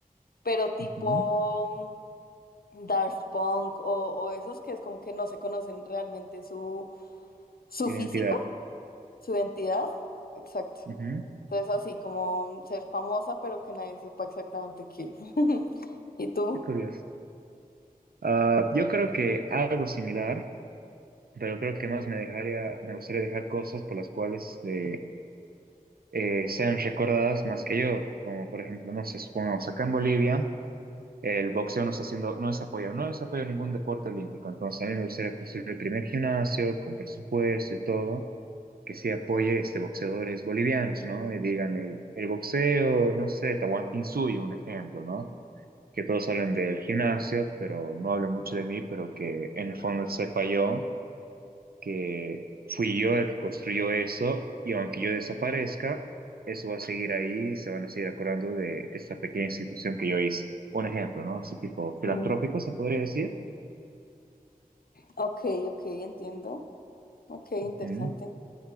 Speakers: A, on the left; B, on the right.
A: pero tipo
B: Ujú.
A: mm, Daft Punk o, o esos que es como que no se conocen realmente su, su
B: Identidad.
A: físico, su identidad. Exacto.
B: Ujú.
A: Entonces así como ser famosa, pero que nadie sepa exactamente qué. <laughs> ¿Y tú?
B: Qué curioso. Ah, yo creo que algo similar, pero creo que más me dejaría, me gustaría dejar cosas por las cuales eh, eh, sean recordadas más que yo, como por ejemplo, no sé, supongamos acá en Bolivia. El boxeo no está haciendo, no es apoyado, no es apoyado ningún deporte olímpico. Entonces, a mí me gustaría construir el primer gimnasio con presupuesto y todo, que sí apoye este boxeadores bolivianos, ¿no? Y digan el, el boxeo, no sé, Tahuantinsuyo, un ejemplo, ¿no? Que todos hablen del gimnasio, pero no hablen mucho de mí, pero que en el fondo sepa yo que fui yo el que construyó eso y aunque yo desaparezca, eso va a seguir ahí y se van a seguir acordando de esta pequeña institución que yo hice. Un ejemplo, ¿no? Así tipo filantrópico,
A: Mm,
B: se podría decir.
A: Ok, ok, entiendo. Ok, interesante.
B: Mm,